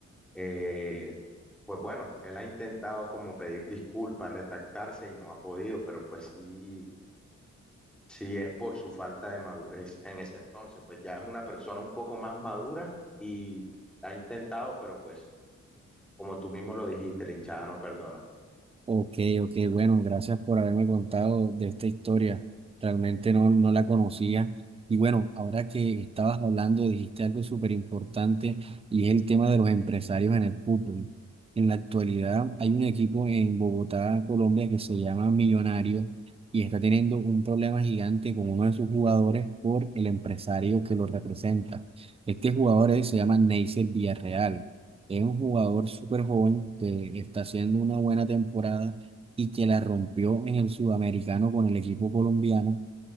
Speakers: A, in the centre; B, on the right (about 20°).
A: eh, pues bueno, él ha intentado como pedir disculpas, retractarse y no ha podido, pero pues sí, sí es por su falta de madurez en ese entonces, pues ya es una persona un poco más madura y ha intentado, pero pues Como tú mismo lo dijiste, la hinchada no perdona.
B: Ok, ok, bueno, gracias por haberme contado de esta historia. Realmente no, no la conocía. Y bueno, ahora que estabas hablando, dijiste algo súper importante y es el tema de los empresarios en el fútbol. En la actualidad hay un equipo en Bogotá, Colombia, que se llama Millonarios y está teniendo un problema gigante con uno de sus jugadores por el empresario que lo representa. Este jugador él se llama Neisser Villarreal. Es un jugador súper joven que está haciendo una buena temporada y que la rompió en el sudamericano con el equipo colombiano